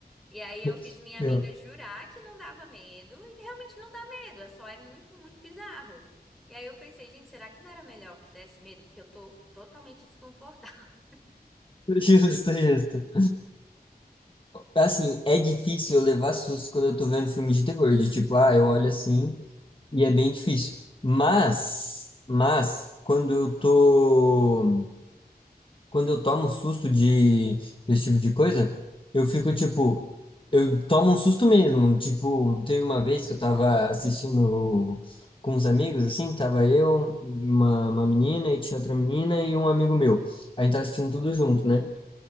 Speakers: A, in the centre; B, on the left (about 30°).
A: E aí eu
B: <laughs>
A: fiz minha amiga
B: Eu.
A: jurar que não dava medo, e realmente não dá medo, é só é muito, muito bizarro. E aí eu pensei, gente, será que não era melhor que desse medo? Porque eu tô totalmente desconfortável.
B: Justo, justo. Assim, é difícil eu levar susto quando eu tô vendo filme de terror, de tipo, ah, eu olho assim e é bem difícil. Mas, mas, quando eu tô quando eu tomo um susto de desse tipo de coisa, eu fico tipo, eu tomo um susto mesmo. Tipo, teve uma vez que eu tava assistindo com uns amigos, assim, tava eu, uma, uma menina e tinha outra menina e um amigo meu. A gente tava assistindo tudo junto, né?